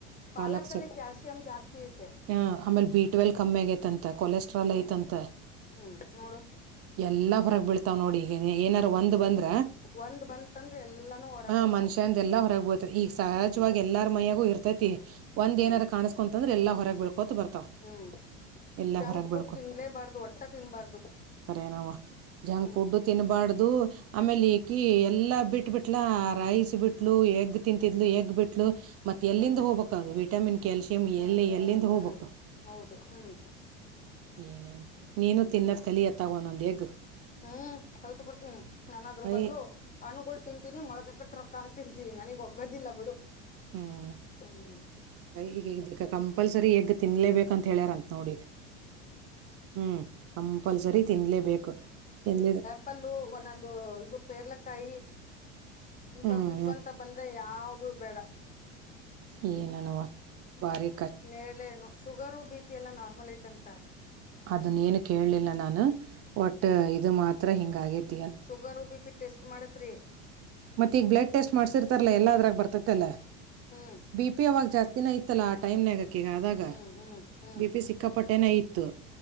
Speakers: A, on the left; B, on the right.
A: ಪಾಲಕಲ್ಲಿ
B: ಪಾಲಕ್ ಸೊಪ್ಪ
A: ಕ್ಯಾಲ್ಸಿಯಂ ಜಾಸ್ತಿ ಐತೆ
B: ಆ ಆಮೇಲೆ ಬೀಟ್ ಟ್ವೆಲ್ ಕಮ್ಮಿ ಆಗತ್ಂತ ಕೊಲೆಸ್ಟ್ರಾಲ್
A: ಹ್ಮ್
B: ಐತಂತ.
A: ಹ್ಮ್ ನೋಡು
B: ಎಲ್ಲಾ ಹೊರಕ್ ಬೀಳ್ತಾವ್ ನೋಡಿ ಏನಾರು
A: ಹ್ಮ್
B: ಒಂದ್ ಬಂದ್ರ.
A: ಒಂದ್ ಬಂ ಅಂದ್ರೆ ಎಲ್ಲಾನು. ಹೊರಗ್
B: ಹ
A: ಬರ್ತಾವ
B: ಮನುಷ್ಯಂದ ಎಲ್ಲಾ ಹೊರಗಬೋತಿ ಈಗ ಸಹಜವಾಗಿ
A: ಹ್ಮ್
B: ಎಲ್ಲಾರ ಮಯ್ಯಾಗು ಇರ್ತೈತಿ ಒಂದ್
A: ಹ್ಮ್
B: ಎನಾರ ಕಾಣ ಕೊಂತಂದ್ರೆ ಎಲ್ಲಾ ಹೊರಗ್ ಬೀಳ್ಕೋತ ಬರ್ತಾವ.
A: ಹ್ಮ್
B: ಎಲ್ಲಾ
A: ಜಂಕ್
B: ಹೊರಗ್
A: ಫುಡ್
B: ಬೆಳ್ಕೊ
A: ತಿನ್ಲೇಬಾರ್ದು ಒಟ್ಟ ತಿನ್ಬಾರ್ದು
B: ಸರಿನವ ಜಂಕ್
A: ಹ್ಮ್
B: ಫುಡ್ ತಿನ್ಬಾರ್ದು ಆಮೇಲೆ ಈಕಿ ಎಲ್ಲಾ ಬಿಟ್ಟ ಬಿಟ್ಲ. ರೈಸ್ ಬಿಟ್ಲು ಎಗ್ ತಿಂತಿದ್ಲು ಎಗ್ ಬಿಟ್ ಮತ್ ಎಲ್ಲಿಂದ
A: ಹ್ಮ್
B: ಹೋಗ್ಬೇಕ್ ಅದು ವಿಟಮಿನ್ ಕ್ಯಾಲ್ಸಿಯಂ
A: ಹ್ಮ್
B: ಎಲ್ಲಿ ಎಲ್ಲಿಂದ
A: ಹ್ಮ್ ಹ್ಮ್
B: ಹೋಗ್ಬೇಕು.
A: ಹೌದು ಹ್ಮ್.
B: ಏನನ. ನೀನು ತಿನ್ನದ್
A: ಏನು
B: ಕಲಿಯತ್ತಾಗ ಒಂದೊಂದ್ ಎಗ್
A: ಹ್ಮ್ ಕಲ್ತ್ ಬಿಡ್ತೀನಿ ನಾನದ್ರ ಬದ್ಲು.
B: ಐ
A: ಹಣುಗಳು ತಿಂತೀನಿ ಮೊಳಕ ಕಟ್ಟ್ರ ಕಾಳ್ ತಿಂತೀನಿ ನನಗ್ ಒಗ್ಗೋದಿಲ್ಲ ಬಿಡು.
B: ಹ್ಮ್
A: ಹ್ಮ್
B: ಈ ಈಗ ಕಂಪಲ್ಸರಿ ಎಗ್ ತಿನ್ಲೇಬೇಕಂತ ಹೇಳ್ಯಾರಂತ ನೋಡಿಗ್. ಹ್ಮ್ ಕಂಪಲ್ಸರಿ ತಿನ್ಲೇಬೇಕು ತಿನ್
A: ಪ್ಪಲ್ಲ ಒಂದೊಂದು ಇದು ಪೇರ್ಲೆಕಾಯಿ ಇಂತ
B: ಹ್ಮ್
A: ತಿನ್ಕೊಂತ ಬಂದ ಬಂದ್ರೆ ಯಾವ್ದ ಬೇಡ.
B: ಏನನವಾ ಬಾರಿ.
A: ನೇರಳೇನು ಶುಗರು ಬಿ ಪಿ ಎಲ್ಲ ನಾರ್ಮಲ್ ಐತಂತ.
B: ಅದನ್ನ ಏನು ಕೇಳಲಿಲ್ಲ ನಾನು ಒಟ್ ಇದು ಮಾತ್ರ ಹಿಂಗ ಆಗೇತಿ
A: ಶುಗರ್ ಬಿ ಪಿ ಟೆಸ್ಟ್ ಮಾಡಸ್ರೀ.
B: ಮತ್ತ ಈಗ ಬ್ಲಡ್ ಟೆಸ್ಟ್ ಮಾಡಸರ್ತಲ್ಲ ಎಲ್ಲ ಅದ್ರಗ ಬರ್ತತೆಲ್ಲ.
A: ಹ್ಮ್
B: ಬಿಪಿ ಅವಾಗ ಜಾಸ್ತಿನ ಐತ್ತಲ್ಲ ಆಟೈಮ್ ನಗ. ಅದಾಗ
A: ಹ್ಮ್ ಹ್ಮ್ ಹ್ಮ್
B: ಬಿ ಪಿ ಸಿಕ್ಕಾಪಟ್ಟೇನ ಇತ್ತು.